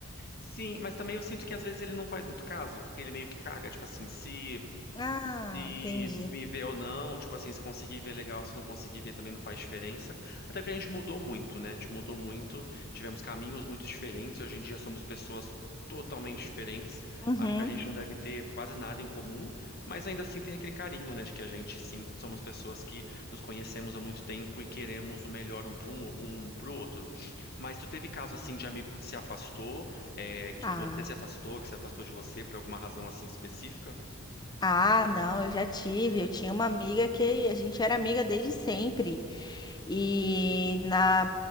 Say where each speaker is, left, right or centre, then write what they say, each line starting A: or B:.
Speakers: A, on the left; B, on the left.
A: sim, mas também eu sinto que às vezes ele não faz muito caso, que ele meio que caga, tipo assim, se
B: Ah,
A: se
B: entendi.
A: me ver ou não, tipo assim, se conseguir ver legal, se não conseguir ver também não faz diferença. Até porque a gente mudou muito, né? A gente mudou muito, tivemos caminhos muito diferentes, hoje em dia somos pessoas totalmente diferentes.
B: Uhum.
A: Acho que a gente não deve ter quase nada em comum, mas ainda assim tem aquele carinho, né, de que a gente sim somos pessoas que nos conhecemos há muito tempo e queremos o melhor um para um, um pro outro. Mas tu teve caso assim de amigo que se afastou, é, que
B: Ah.
A: você se afastou, que se afastou de você por alguma razão assim específica?
B: Ah, não, eu já tive. Eu tinha uma amiga que a gente era amiga desde sempre. E na,